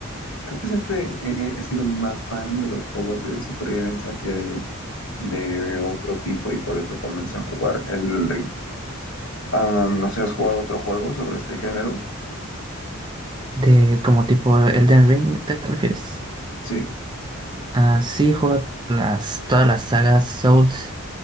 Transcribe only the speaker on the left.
Creo que siempre he, he sido más fan de los juegos de supervivencia que de, de otro tipo y por eso comencé a jugar el Ring. Am, no sé, ¿has jugado otro juego sobre este género?
Sí,